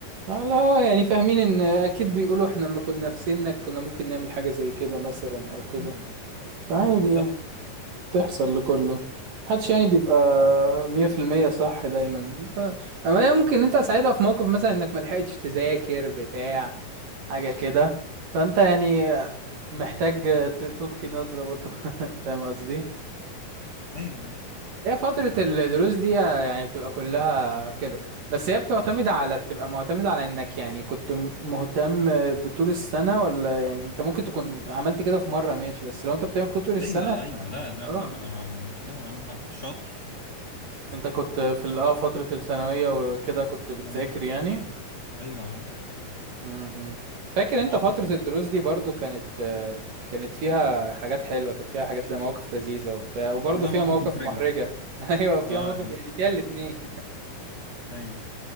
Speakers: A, on the right; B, on the left.
A: لا يعني فاهمين ان اكيد بيقولوا احنا لما كنا في سنك كنا ممكن نعمل حاجة زي كده مثلا او كده
B: أيوة يا عم.
A: فعادي
B: أيوة بتحصل
A: يعني تحصل لكله محدش يعني بيبقى مية في المية صح دايما ف- اما هي ممكن انت ساعتها في موقف مثلا انك ملحقتش تذاكر بتاع حاجة كده فانت يعني محتاج ت- تلقي نظرة برضو <laughs> فاهم قصدي
B: أيوة يا عم.
A: هي فترة الدروس دي يعني بتبقى كلها كده بس هي بتعتمد على بتبقى معتمدة على انك يعني كنت م- مهتم بطول السنة ولا يعني انت ممكن تكون عملت كده في مرة ماشي بس لو انت بتعمل كده طول السنة
B: أيوة
A: هتبقى
B: أيوة لا لا
A: اه
B: لا أنا ما- مش كده يا عم أنا كنت شاطر
A: انت كنت في ال- اه فترة الثانوية وكده كنت بتذاكر
B: أنا-
A: يعني
B: أيوة يا عم
A: امم فاكر انت
B: موقف
A: فترة الدروس دي برضو كانت آه، كانت فيها حاجات حلوة كانت فيها حاجات لا مواقف لذيذة وبتاع وبرضو
B: لا
A: فيها
B: موقف
A: مواقف
B: محرجة
A: محرجة <laughs> ايوه فيها
B: أه
A: مواقف
B: يا عم.
A: يعني فيها الاتنين
B: أيوة